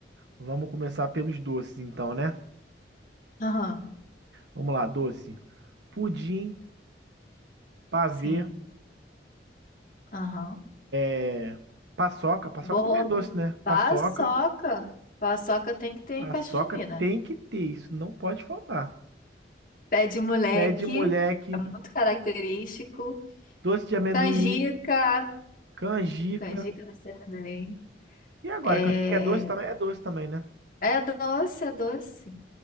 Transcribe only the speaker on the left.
Aham,
sim. Aham.
Bolo.
Paçoca.
Paçoca tem que ter em
festa junina.
Pé de moleque,
é muito característico.
Canjica.
Canjica da Serra do Enem.
É,
é doce, é doce.